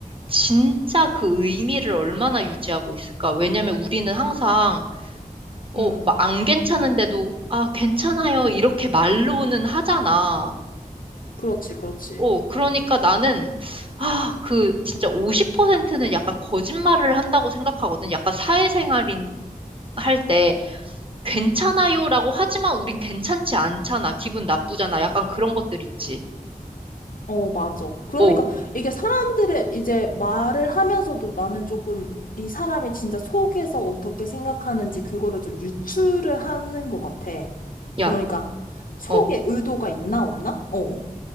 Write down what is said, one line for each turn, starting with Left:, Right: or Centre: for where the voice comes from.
Right: 진짜 그 의미를 얼마나 유지하고 있을까? 왜냐면 우리는 항상, 어,
Left: 음.
Right: 막 안 괜찮은데도, 아, 괜찮아요. 이렇게 말로는 하잖아.
Left: 그렇지, 그렇지.
Right: 어, 그러니까 나는, 아, 그, 진짜 50%는 약간 거짓말을 한다고 생각하거든. 약간 사회생활인, 할 때, 괜찮아요라고 하지만 우린 괜찮지 않잖아. 기분 나쁘잖아. 약간 그런 것들 있지.
Left: 어, 맞아. 그러니까
Right: 오,
Left: 이게 사람들의 이제 말을 하면서도 나는 조금 이 사람이 진짜 속에서 어떻게 생각하는지 그거를 좀 유추를 하는 것 같아. 그러니까
Right: 야,
Left: 속에
Right: 어.
Left: 의도가 있나 없나? 어.